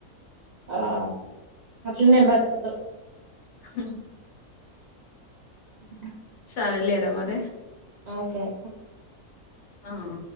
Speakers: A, on the right; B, on the left.
A: ఆహ్ అట్లానే బతుకుతాము.
B: ఉమ్
A: ఆహ్
B: సారే లేరా మరి.
A: ఒకే అత్త
B: ఆహ్